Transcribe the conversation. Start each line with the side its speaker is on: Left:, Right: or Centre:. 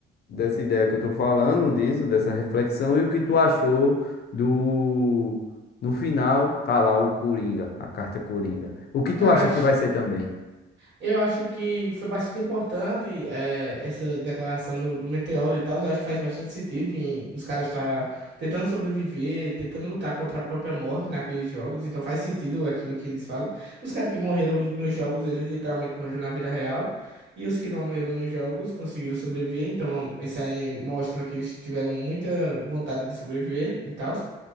Left: dessa ideia que eu tô falando, disso, dessa reflexão, e o que tu achou do. No final, tá lá o Coringa, a carta Coringa. O que tu
Right: Cara,
Left: acha
Right: eu achei.
Left: que vai ser também?
Right: Eu acho que foi bastante importante eh, essa declaração do, do meteoro e tal. Eu acho que faz bastante sentido em os caras estar tentando sobreviver, tentando lutar contra a própria morte naqueles jogos. Então faz sentido aquilo que eles falam. Os caras que morreram nos jogos, eles literalmente morreram na vida real. E os que não morreram nos jogos conseguiram sobreviver. Então isso aí mostra que eles tiveram muita vontade de sobreviver e tal.